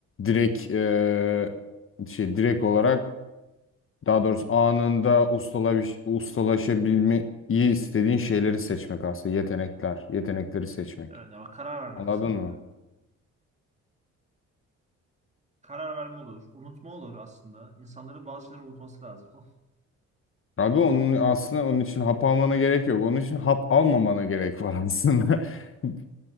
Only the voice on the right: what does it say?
Evet ama karar verme
kesinlikle.
Karar verme olur. Unutma olur aslında. İnsanların bazı şeyleri unutması lazım. <laughs>